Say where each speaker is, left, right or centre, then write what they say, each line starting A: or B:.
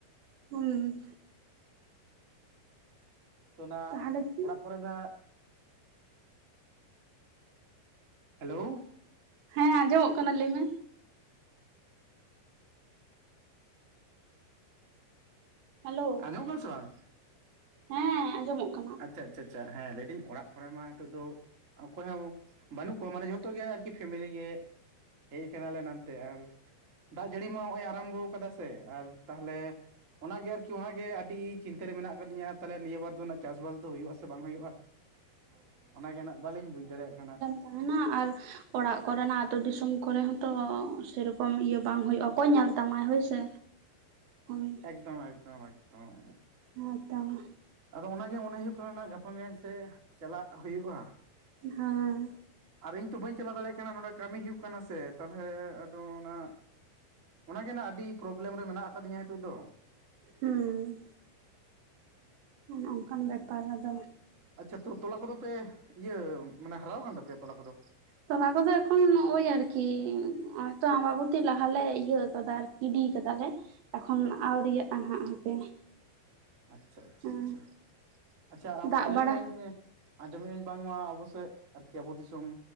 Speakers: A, on the right; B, on the right.
A: ᱦᱩᱸ᱾
B: ᱛᱚ ᱱᱟᱜ
A: ᱛᱟᱦᱚᱞᱮ ᱠᱤ
B: ᱚᱲᱟᱜ ᱠᱚᱨᱮ ᱱᱟᱜ ᱦᱮᱞᱳᱣ᱾
A: ᱦᱮᱸ, ᱟᱸᱡᱚᱢᱚᱜ ᱠᱟᱱᱟ ᱞᱟᱹᱭ ᱢᱮ᱾ ᱦᱮᱞᱳ
B: ᱟᱸᱡᱚᱢᱚᱜ ᱠᱟᱱᱟ ᱥᱮ ᱵᱟᱝ?
A: ᱦᱮᱸ, ᱟᱸᱡᱚᱢᱚᱜ ᱠᱟᱱᱟ᱾
B: ᱟᱪᱪᱷᱟ, ᱟᱪᱪᱷᱟ, ᱟᱪᱪᱷᱟ ᱦᱮᱸ ᱞᱟᱹᱭᱫᱟᱹᱧ ᱚᱲᱟᱜ ᱠᱚᱨᱮ ᱢᱟ ᱱᱤᱛᱳᱜ ᱫᱚ ᱚᱠᱚᱭ ᱦᱚᱸ ᱵᱟᱹᱱᱩᱜ ᱠᱚᱣᱟ ᱢᱟᱱᱮ ᱡᱷᱚᱛᱚ ᱜᱮ ᱟᱨᱠᱤ ᱯᱷᱮᱢᱮᱞᱤ ᱜᱮ᱾ ᱦᱮᱭ ᱠᱟᱱᱟ ᱞᱮ ᱱᱟᱱᱛᱮ ᱟᱨ ᱫᱟᱜ ᱡᱟᱹᱲᱤ ᱢᱟ ᱦᱚᱜᱼᱚᱭ ᱟᱨᱟᱢᱵᱚᱣ ᱠᱟᱫᱟ ᱥᱮ ᱟᱨ ᱛᱟᱦᱚᱞᱮ ᱚᱱᱟ ᱜᱮ ᱟᱨᱠᱤ ᱚᱱᱟ ᱜᱮ ᱟᱹᱰᱤ ᱪᱤᱱᱛᱟᱹ ᱨᱮ ᱢᱮᱱᱟᱜ ᱟᱠᱟᱫᱤᱧᱟ ᱛᱟᱦᱚᱞᱮ ᱱᱤᱭᱟᱹ ᱵᱟᱨ ᱫᱚ ᱱᱟ ᱪᱟᱥᱼᱵᱟᱥ ᱫᱚ ᱦᱩᱭᱩᱜᱼᱟ ᱥᱮ ᱵᱟᱝ ᱦᱩᱭᱩᱜᱼᱟ? ᱚᱱᱟᱜᱮ ᱱᱟᱜ ᱵᱟᱹᱞᱤᱧ ᱵᱩᱡᱽ ᱫᱟᱲᱮᱭᱟᱜ ᱠᱟᱱᱟ᱾
A: ᱛᱟᱦᱮᱸᱱᱟ ᱟᱨ ᱚᱲᱟᱜ ᱠᱚᱨᱮᱱᱟᱜ ᱟᱛᱳ ᱫᱤᱥᱚᱢ ᱠᱚᱨᱮ ᱦᱚᱸᱛᱚ ᱥᱮᱨᱚᱠᱚᱢ ᱤᱭᱟᱹ ᱵᱟᱝ ᱦᱩᱭᱩᱜᱼᱟ, ᱚᱠᱚᱭ ᱧᱮᱞ ᱛᱟᱢᱟᱭ ᱦᱳᱭ ᱥᱮ᱾ ᱦᱩᱸ᱾
B: ᱮᱠᱫᱚᱢ, ᱮᱠᱫᱚᱢ, ᱮᱠᱫᱚᱢ᱾
A: ᱦᱮᱸᱛᱚ ᱢᱟ
B: ᱟᱫᱚ ᱚᱱᱟ ᱜᱮ ᱢᱚᱱᱮ ᱦᱩᱭᱩᱜ ᱠᱟᱱᱟ ᱜᱟᱯᱟ ᱢᱮᱭᱟᱝ ᱥᱮᱜ ᱪᱟᱞᱟᱜ ᱦᱩᱭᱩᱜᱼᱟ᱾
A: ᱦᱮᱸ
B: ᱟᱨ ᱤᱧ ᱛᱚ ᱵᱟᱹᱧ ᱪᱟᱞᱟᱣ ᱫᱟᱲᱮᱭᱟᱜ ᱠᱟᱱᱟ ᱱᱚᱰᱮ ᱠᱟᱹᱢᱤ ᱦᱩᱭᱩᱜ ᱠᱟᱱᱟ ᱥᱮ ᱛᱟᱞᱦᱮ ᱟᱫᱚ ᱚᱱᱟᱼᱼ ᱚᱱᱟ ᱜᱮ ᱱᱟᱜ ᱟᱹᱰᱤ ᱯᱨᱚᱵ ᱞᱮᱢ ᱨᱮ ᱢᱮᱱᱟᱜ ᱟᱠᱟ ᱫᱤᱧᱟ ᱱᱤᱛᱚᱜ ᱫᱚ?
A: ᱦᱩᱸ ᱚᱱ ᱠᱟᱱ ᱵᱮᱯᱟᱨ ᱨᱮ ᱫᱚ
B: ᱟᱪᱪᱷᱟ, ᱛᱚ-ᱛᱚᱞᱟ ᱠᱚᱫᱚ ᱯᱮ, ᱤᱭᱟᱹ ᱢᱟᱱᱮ ᱦᱟᱨᱟᱣ ᱟᱠᱟᱱ ᱛᱟᱯᱮᱭᱟ ᱛᱚᱞᱟ ᱠᱚᱫᱚ?
A: ᱛᱚᱞᱟ ᱠᱚᱫᱚ ᱮᱠᱷᱚᱱ ᱱᱚᱜᱼᱚᱭ ᱟᱨᱠᱤ, ᱱᱚᱸᱜᱼᱚᱭ ᱛᱚ ᱟᱢᱵᱟᱵᱩᱛᱤ ᱞᱟᱦᱟ ᱞᱮ ᱤᱭᱟᱹ ᱟᱠᱟᱫᱟ ᱟᱨ ᱜᱤᱰᱤ ᱟᱠᱟᱫᱟᱞᱮ ᱮᱠᱷᱚᱱ ᱟᱣᱨᱤᱭᱟᱜ-ᱟ ᱦᱟᱸᱜ ᱦᱟᱯᱮ᱾
B: ᱟᱪᱪᱷᱟ ᱟᱪᱪᱷᱟ
A: ᱦᱮᱸ
B: ᱟᱪᱷᱟ, ᱟᱪᱪᱷᱟ
A: ᱫᱟᱜ
B: ᱟᱸᱡᱚᱢᱮᱜ
A: ᱵᱟᱲᱟ
B: ᱟᱹᱻᱧ ᱟᱸᱡᱚᱢᱮᱜ ᱟᱹᱧ ᱵᱟᱝ ᱢᱟ ᱟᱵᱚ ᱥᱮᱜ ᱟᱨᱠᱤ ᱟᱵᱚ ᱫᱤᱥᱚᱢ